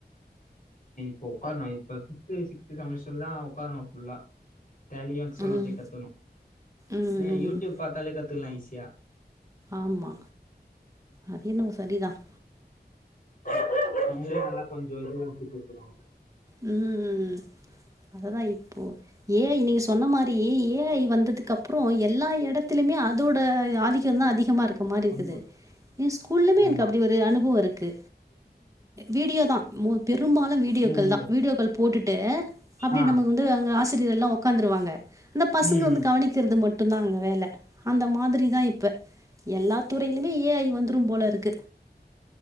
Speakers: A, on the left (about 50°); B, on the right (about 20°).
A: நீ இப்ப உக்காரணும் இப்ப ஃபிஃப்த் சிஸ் த் செமஸ்டர்ல உக்காரணும் ஃபுல்லா டேலியும் எக்செல்லுலும்
B: ம்
A: அப்டியே கத்துணும்
B: ம்
A: ஏ யூடியூப்
B: ம்
A: பாத்தாலே கத் த்துகலாம் ஈசியா
B: ஆமா அது என்னவோ சரிதான்
A: <inaudible> உங்களுக் நல்லா கொஞ்சம் இது <unintelligible> <inaudible>
B: ம்உம் அதுதான் இப் ஏ ஐ நீங்க சொன்ன மாரி ஏய் ஏ ஐ வந்ததுக்கு அப்புறம் எல்லா எடத் தலுமே அதோட ஆதி க்கம் தான் அதிகமாக இருக்க மாரி இருக்குது
A: ஆமா
B: என் ஸ்கூல்லுமே
A: ஆமா
B: எனக்கு அப்டி ஒரு அனுபவம் இருக்கு வீடியோ தான் பெரும்பாலும் வீடியோக்கள்
A: ம் ம்
B: தான் வீடியோக்கள் போட்டுட்டு அப்டி
A: ஆ
B: நமக்கு வந்து அங்க ஆசிரியர் எல்லாம் உக்காந்துருவாங்க அந்த பசங்க
A: ம்
B: வந்து
A: ம்
B: கவனிக்கிறது மட் டும் தான் அங்க வேல அந்த மாதிரி தான் இப்ப எல்லா துறையிலுமே ஏ ஐ வந்துரும் போலருக்கு